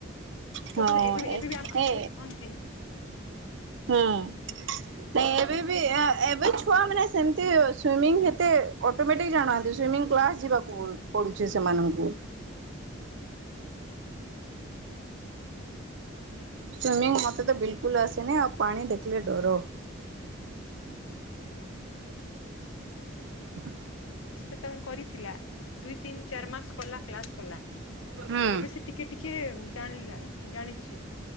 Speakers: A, on the left; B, on the right.
A: ତ
B: ହଁ
A: ସେଟା ଏବେ
B: ଏ
A: ଏବେ ବି ଆମକୁ
B: ଏ
A: କହନ୍ତି
B: ହୁଁ। ନାଇ ଏବେ ବି ଅ ଏବେ ଛୁଆ ମାନେ ସେମତି ସ୍ୱିମିଂ ଏତେ ଅଟୋମଟିକ ଜାଣାନ୍ତି ସ୍ୱିମିଂ କ୍ଲାସ ଯିବାକୁ ପଡୁଛି ସେମାନଙ୍କୁ। ସ୍ଵିମିଂ ମତେ ତ ବିଲକୁଲ ଆସେନି ଆଉ ପାଣି ଦେଖିଲେ ଡର। ହୁଁ।
A: ସେଟା ତ ମାନେ କରିଥିଲା ଦୁଇ ତିନି ଚାରି ମାସ କଲା କ୍ଲାସ କଲା।
B: ହୁଁ
A: ଏବେ ସେ ଟିକେ ଟିକେ। ଜାଣିଲି ଇଆଏ ଜାଣିଛି